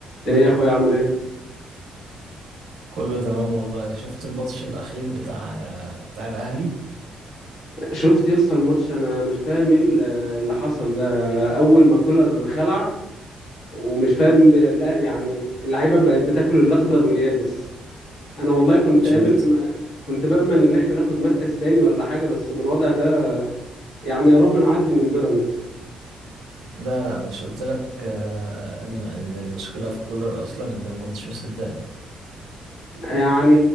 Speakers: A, on the left; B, on the right.
A: ايه يا اخويا عامل ايه
B: كله تمام والله شفت الماتش الأخير بتاع بتاع الأهلي
A: شفت يا اسطى الماتش انا مش فاهم ايه ال- اللي حصل ده اول ما كولر خلع ومش فاهم ب... لا يعني اللعيبه بقت بتاكل الاخضر واليابس انا والله كنت
B: مش
A: امل
B: قلت
A: في م... كنت بامل ان احنا ناخد مركز تاني ولا حاجه بس بالوضع ده يعني يا رب نعدي من بيراميدز
B: لا لا مش قلت لك آه، إن إن المشكلة في كولر أصلا أنت ما كنتش مصدقني
A: يعني